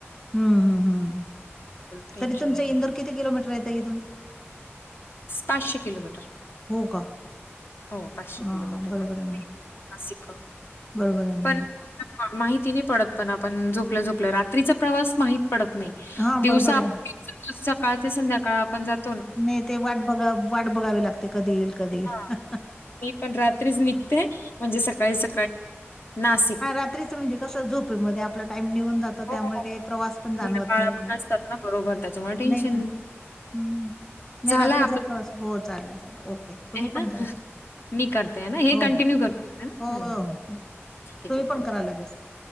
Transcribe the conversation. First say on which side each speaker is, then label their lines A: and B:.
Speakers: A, on the left; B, on the left.
A: हम्म हम्म हम्म,
B: तर टेन्शन
A: तरी तुमचं
B: नाही.
A: इंदौर किती किलोमीटर ताई इथून?
B: पाचशे किलोमीटर.
A: हो का?
B: हो पाचशे
A: हा
B: किलोमीटर
A: बरोबर
B: पडते
A: आहे मग,
B: नासिक
A: बरोबर आहे
B: पण
A: मग.
B: माहिती नाही पडत पण आपण झोपल्या-झोपल्या रात्रीचा प्रवास माहित पडत नाही
A: हां,
B: दिवसा
A: बरोबर
B: आप
A: आहे ना.
B: <inaudible> सकाळ ते संध्याकाळ आपण जात
A: नाही ते वाट बघा वाट बघावी लागते कधी येईल कधी येईल.
B: हा मी पण रात्रीच निघते म्हणजे सकाळी-सकाळी नासि
A: रात्रीच म्हणजे कसं झोपेमध्ये आपला टाम निघून जात त त्यामुळं
B: हो
A: काही प्रवास पण जाणवत
B: मुलं बाळ
A: नाही एवढं
B: पण असतात ना बरोबर त्याच्यामुळे टेन्शन
A: नाही का. हम्म नाही
B: झालाय
A: रात्रीचा प्रवास हो चालेल चालेल ओके. तुम्ही
B: हे ना
A: पण करा.
B: मी करते आहे ना हे
A: हो,
B: कंटिन्यू
A: हो.
B: करू हे ना
A: हो,
B: हम्म
A: हो.
B: ठीके
A: तुम्ही
B: ठीके
A: पण
B: ओके
A: करा लगेच.